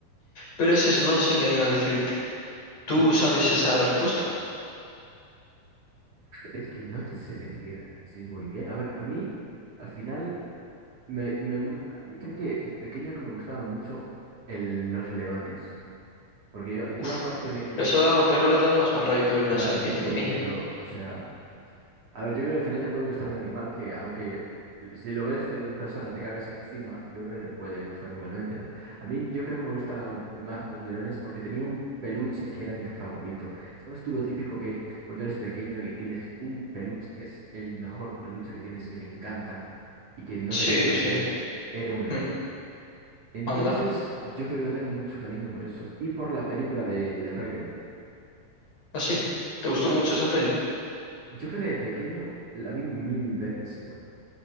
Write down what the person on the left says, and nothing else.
Pero es eso, no sé qué animal decirte. ¿Tú
sabes esa respuesta?
Uf,
eso da, verlo da un más mal rollo que ver una
serpiente
pequeña.
¿eh?
Sí,
sí,
Mm,
Anda,
así. ¿Te gustó
mucho esa peli?